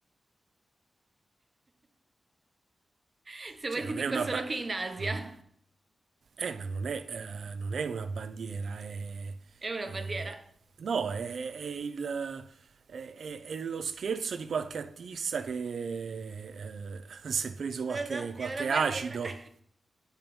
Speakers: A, on the right; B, on the right.
A: <laughs> Se vuoi
B: Cioè, non
A: ti dico
B: è una...
A: solo
B: Ba-
A: che in Asia
B: non- Eh, ma non è, eh, non è una bandiera, è,
A: <laughs> è una
B: è-
A: bandiera.
B: no, è, è il- è- è- è lo scherzo di qualche artista che eh, <laughs> si è preso
A: No,
B: qualche,
A: no,
B: qualche
A: è una bandiera.
B: acido.
A: <laughs>